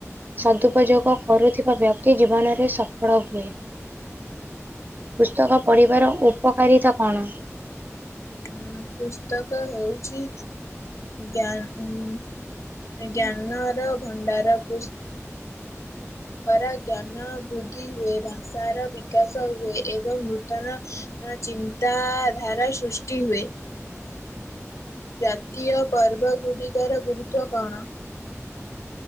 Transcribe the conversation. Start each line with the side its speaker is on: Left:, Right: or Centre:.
Right: ସଦୁପଯୋଗ କରୁଥିବା ବ୍ୟକ୍ତି ଜୀବନରେ ସଫଳ ହୁଏ। ପୁସ୍ତକ ପଢ଼ିବାର ଉପକାରିତା କଣ?
Left: ଉ ପୁସ୍ତକ ହଉଛି ଜ୍ଞାନ। ଜ୍ଞାନର ଭଣ୍ଡାର ପ ଦଵାରା ଜ୍ଞାନ ବୃଦ୍ଧି ହୁଏ ଭାଷାର ବିକାଶ ହୁଏ ଏବଂ ନୂତନ ଚିନ୍ତାଧାରା ସୃଷ୍ଟି ହୁଏ। ଜାତୀୟ ପର୍ବ ଗୁଡିକର ଗୁରୁତ୍ବ କଣ?